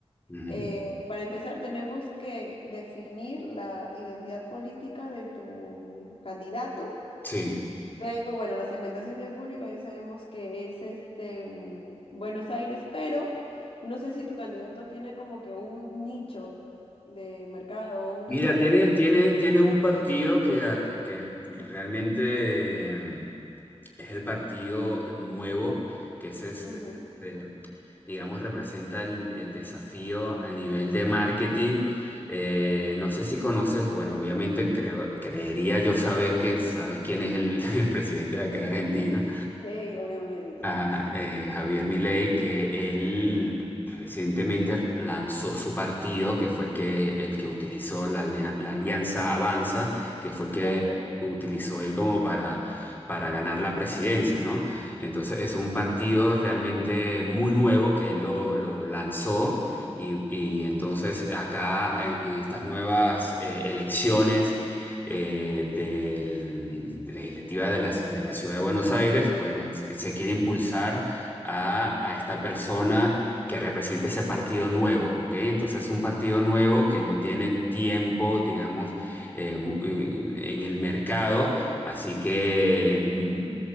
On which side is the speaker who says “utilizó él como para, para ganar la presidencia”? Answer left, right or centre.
Left